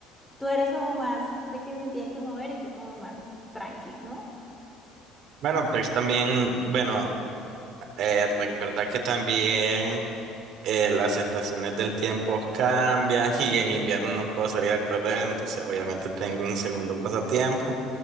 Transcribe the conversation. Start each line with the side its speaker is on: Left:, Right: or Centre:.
Centre: tú eres como más de que se tiene que mover y yo como más tranqui, ¿no?
Right: Bueno, pues también, bueno, eh, recuerda que también eh, las estaciones del tiempo cambian <laughs> y en invierno no puedo salir a correr, entonces obviamente tengo un segundo pasatiempo